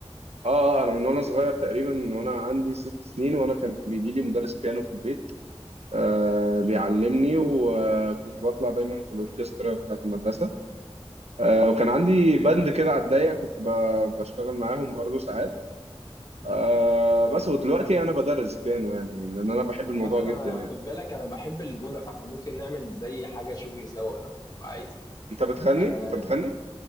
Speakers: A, on the right (about 80°); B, on the left (about 40°).
A: اه آه، انا من وانا صغير تقريبا من وانا عندي ست سنين وانا كان بيجي لي مدرس بيانو في البيت آه، بيعلمني وكنت بطلع دايما في الاوركسترا بتاعت المدرسه آه، وكان عندي باند كده على الضيق كنت ب- بشتغل معاهم برضو ساعات آه، بس ودلوقتي انا بدرس بيانو يعني لان انا بحب
B: عامة
A: الموضوع
B: أنا
A: جدا يعني
B: خد بالك أنا بحب الغنى فإحنا ممكن نعمل زي حاجة شغل سوا لو عايز يعني
A: انت بتغني
B: أنا
A: انت بتغني